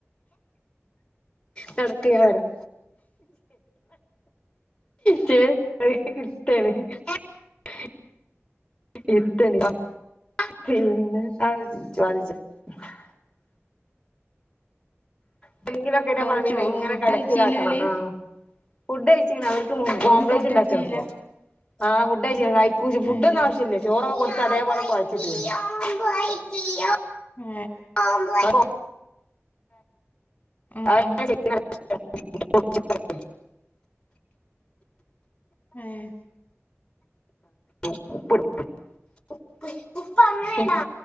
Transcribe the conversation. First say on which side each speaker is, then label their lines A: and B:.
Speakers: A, on the left; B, on the left.
A: നടക്കേക്കാരം ച ഇടുത്തേണ് <inaudible> <unintelligible> പിന്നെ ആലോചിച്ചു <unintelligible> എന്തെങ്കിലൊക്കെ <unintelligible>
B: ഓഹ് ചോ
A: എങ്ങനെ
B: ഫുഡ്
A: കടക്ക
B: കഴിച്ചീലെ
A: ഇതാക്കണം
B: ഓല്
A: ആഹ് ഫുഡ് കഴിചിക്കണ അവർക്ക്
B: ഓല്
A: ഓംലെറ്റ്
B: ഫുഡ്
A: ഉണ്ടാക്കാണ്
B: കഴിച്ചീല്ല
A: ഇപ്പൊ, ആഹ് ഫുഡ്‌ കഴിച്ചി ഫുഡ്
B: ഏഹ്
A: ഒന്നും ആവശ്യമില്ല. ചോറൊക്കേ കൊടുത്ത് അതേപോലെ കുഴച്ചിട്ട്ക് ണ്.
B: ഉം
A: <unintelligible> <unintelligible>
B: ഉം ഉം ആഹ്
A: <unintelligible> ഉപ്പ് അങ്ങനെ യാണോ,